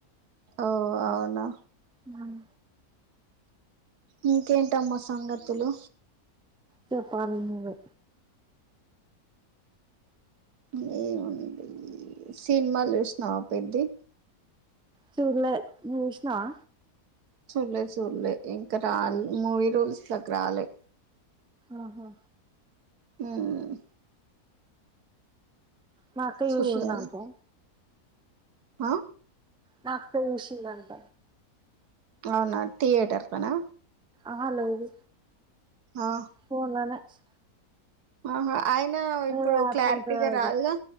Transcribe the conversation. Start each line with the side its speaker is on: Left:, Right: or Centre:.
Right: ఓ అవునా
Centre: మ్మ్
Right: ఇంకేంటమ్మా సంగతులు
Centre: చెప్పాలి నువ్వే
Right: ఏముంది సినిమాలు చూసినవా పెద్ది
Centre: చూళ్ళే నువ్వు చూసినవా
Right: చూడలేదు చూలే ఇంకా రా మూవీ రూల్స్ లోకి రాలే
Centre: ఆహా
Right: ఉమ్.
Centre: మా అక్క జూషిందనుకో.
Right: చూడాలి ఆ.
Centre: నా అక్క జుషిదంట.
Right: అవునా థియేటరల్లా నా.
Centre: ఆ లేదు.
Right: ఆ
Centre: ఫోన్ళ్ల ల్యాష్.
Right: ఆహా ఆయన ఇప్పుడు,
Centre: ఏదో యాప్
Right: క్లారిటీగా
Centre: ఉంటది అది
Right: రాదుగా.